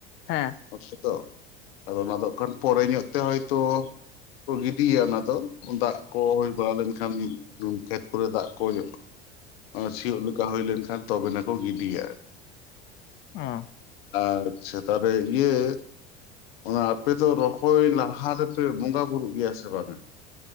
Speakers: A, on the left (about 35°); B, on the left (about 70°).
A: ᱦᱮᱸ ᱾
B: ᱦᱟᱥᱚ ᱫᱚᱜ ᱾ ᱟᱫᱚ ᱚᱱᱟ ᱫᱚ ᱦᱟᱜ ᱠᱷᱟᱱ ᱯᱚᱨᱮ ᱧᱚᱜ ᱛᱮ ᱦᱚᱭᱛᱳ ᱠᱚ ᱜᱤᱰᱤᱭᱟ ᱚᱱᱟ ᱫᱚ ᱾ ᱫᱟᱜ ᱠᱚ ᱦᱩᱭ ᱵᱟᱲᱟ ᱞᱮᱱᱠᱷᱟᱱ ᱩᱸ ᱠᱷᱮᱛ ᱠᱚᱨᱮ ᱫᱟᱜ ᱠᱚ ᱦᱳᱭᱳᱜ ᱟᱨ ᱥᱤᱭᱳᱜ ᱞᱮᱠᱟ ᱦᱩᱭ ᱞᱮᱱᱠᱷᱟᱱ ᱛᱚᱵᱮᱱᱟ ᱠᱚ ᱜᱤᱰᱤᱭᱟ ᱾
A: ᱚᱸ
B: ᱟᱪᱪᱷᱟ ᱛᱟᱵᱮ ᱤᱭᱟᱹ ᱚᱱᱟ ᱟᱯᱮ ᱫᱚ ᱨᱚᱦᱚᱭ ᱞᱟᱦᱟ ᱨᱮᱯᱮ ᱵᱚᱸᱜᱟ ᱵᱩᱨᱩᱜ ᱜᱮᱭᱟ ᱥᱮ ᱵᱟᱝᱼᱟ?